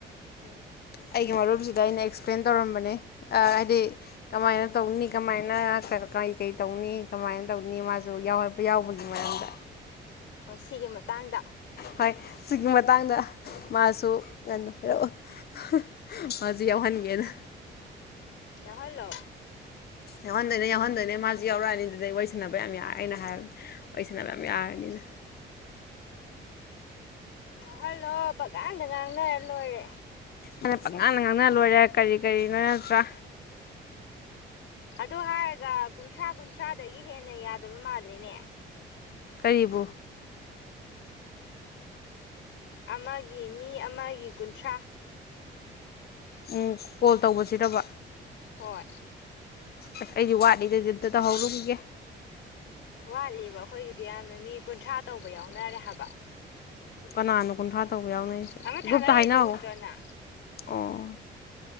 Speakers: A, on the left; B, on the left.
A: ꯎꯝ
B: ꯑꯩꯒꯤ ꯃꯔꯨꯞꯁꯤꯗ ꯑꯩꯅ ꯑꯦꯛꯁꯄ꯭ꯂꯦꯟ ꯇꯧꯔꯝꯕꯅꯦ ꯍꯥꯏꯗꯤ ꯀꯃꯥꯏꯅ ꯇꯧꯅꯤ ꯀꯃꯥꯏꯅ ꯀꯔꯤ ꯀꯩ ꯇꯧꯅꯤ ꯀꯃꯥꯏꯅ ꯇꯧꯅꯤ ꯃꯥꯁꯨ ꯌꯥꯎꯄ ꯌꯥꯎꯕꯒꯤ ꯃꯔꯝꯗ
A: ꯁꯤꯒꯤ ꯃꯇꯥꯡꯗ
B: ꯍꯣꯏ ꯁꯤꯒꯤ ꯃꯇꯥꯡꯗ ꯃꯥꯁꯨ ꯉꯟꯅ ꯍꯥꯏꯔꯛꯑꯣ ꯍ ꯃꯥꯖꯨ ꯌꯥꯎꯍꯟꯒꯦꯅ
A: ꯌꯥꯎꯍꯜ ꯂꯣ
B: ꯌꯥꯎꯍꯟꯗꯣꯏꯅꯦ ꯌꯥꯎꯍꯟꯗꯣꯏꯅꯦ ꯃꯥꯖꯨ ꯌꯥꯎꯔꯛꯑꯅꯤ ꯑꯗꯨꯗꯩ ꯋꯥꯔꯤ ꯁꯥꯟꯅꯕ ꯌꯥꯝ ꯌꯥꯔꯦ ꯑꯩꯅ ꯍꯥꯏꯕ ꯋꯥꯔꯤ ꯁꯥꯟꯅꯕ
A: ꯎꯝ
B: ꯌꯥꯝ ꯌꯥꯔꯅꯤꯅꯗ
A: ꯌꯥꯎꯍꯜꯂꯣ ꯄꯛꯉꯥꯡꯗ ꯉꯥꯡꯅꯔ ꯂꯣꯏꯔꯦ
B: ꯑꯗ ꯄꯛꯉꯥꯡꯅ ꯉꯥꯡꯅ ꯂꯣꯏꯔꯦ ꯀꯔꯤ ꯀꯔꯤꯅꯣ ꯅꯠꯇ꯭ꯔꯥ
A: ꯑꯗꯨ ꯍꯥꯏꯔꯒ ꯀꯨꯟꯊ꯭ꯔꯥ ꯀꯨꯟꯊ꯭ꯔꯥꯗꯒꯤ ꯍꯦꯟꯅ ꯌꯥꯗꯕ ꯃꯥꯜꯂꯤꯅꯦ
B: ꯀꯔꯤꯕꯨ
A: ꯑꯃꯒꯤ ꯃꯤ ꯑꯃꯒꯤ ꯀꯨꯟꯊ꯭ꯔꯥ
B: ꯎꯝ ꯀꯣꯜ ꯇꯧꯕꯁꯤꯗꯕ
A: ꯍꯣꯏ
B: ꯑꯁ ꯑꯩꯗꯤ ꯋꯥꯠꯂꯤꯗꯗꯤ ꯑꯝꯇ ꯇꯧꯍꯧꯔꯨꯒꯤꯒꯦ
A: ꯋꯥꯠꯂꯤꯕ ꯑꯩꯈꯣꯏꯒꯤꯗꯤ ꯌꯥꯝꯅ ꯃꯤ ꯀꯨꯟꯊ꯭ꯔꯥ ꯇꯧꯕ ꯌꯥꯎꯅꯔꯦ ꯍꯥꯏꯕ
B: ꯀꯅꯥꯅꯣ ꯀꯨꯟꯊ꯭ꯔꯥ ꯇꯧꯕ ꯌꯥꯎꯅꯩꯖꯦ
A: ꯑꯃ ꯊꯥꯒꯠꯂꯛꯏꯗꯣ
B: ꯒ꯭ꯔꯨꯞꯇ ꯍꯥꯏꯅꯍꯧ
A: ꯎꯗ꯭ꯔꯣꯅ
B: ꯑꯣ